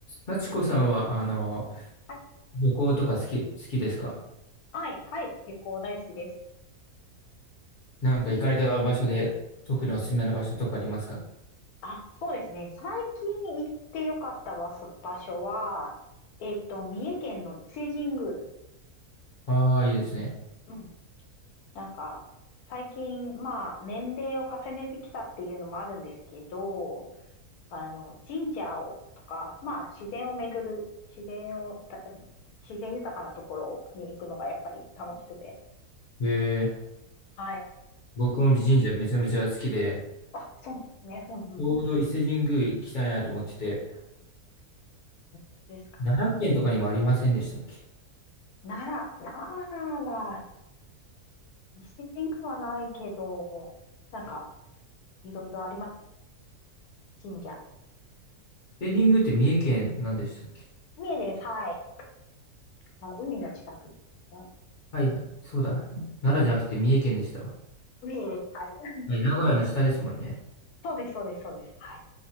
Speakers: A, on the left; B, on the left.
A: 幸子さんは、あの、
B: はい、
A: 旅行とか好き、好きですか
B: はい、はい旅行大好きです。
A: なんか行かれた場所で、特におすすめの場所とかありますか
B: あ、そうですね。最近行ってよかった場所、場所は、えっと、三重県の伊勢神宮
A: ああー、
B: です。
A: いいですね。
B: うん。なんか、最近、まあ、年齢を重ねてきたっていうのもあるんですけど、あの、神社を、とか、まあ、自然を巡る、自然を、た自然豊かなところに行くのがやっぱり楽しくて。
A: えー、
B: はい。
A: 僕も美神社めちゃめちゃ好きで、
B: あ、そうなんですね。うんうん。
A: ちょうど伊勢神宮行きたいなと思ってて、
B: 本当ですか。
A: 奈良県とかにもありませんでしたっけ
B: 奈良、奈良はミスティッングはないけど、なんはい。か、いろいろありますよね。神社。
A: 伊勢神宮って三重県なんでしたっけ
B: 三重です。はい。あの、海の近くですね。
A: はいはい、そうだ。奈良じゃなくて三重県でしたわ。
B: 三重です。はい。<laughs>
A: はい、名古屋の下ですもんね。
B: そうです、そうです、そうです。はい。